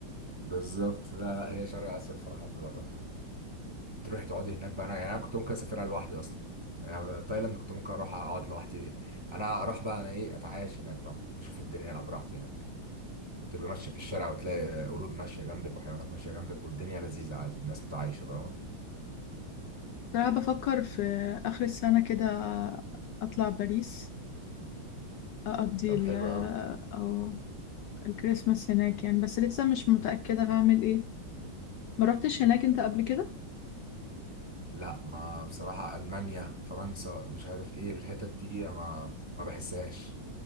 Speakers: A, on the right; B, on the left.
A: بالظبط لا لا هي شرق اسيا بصراحه بتبقى تحفه تروحي تقعدي هناك بقى انا يعني انا كنت ممكن اسافرها لوحدي اصلا يعني تايلاند كنت ممكن اروح اقعد لوحدي انا اروح بقى انا ايه اتعايش هناك فاهم اشوف الدنيا انا براحتي هناك تبقى ماشيه في الشارع وتلاقي قرود ماشيه جنبك وحيوانات ماشيه جنبك والدنيا لذيذه عادي الناس متعايشه فاهم
B: بصراحة بفكر في آخر السنة كده أطلع باريس أقضي
A: طب
B: ال-
A: حلو قوي
B: أو الكريسماس هناك يعني بس لسه مش متأكدة هعمل إيه ما روحتش هناك انت قبل كده
A: لا ما بصراحه المانيا فرنسا مش عارف ايه الحتت دي ما ما بحسهاش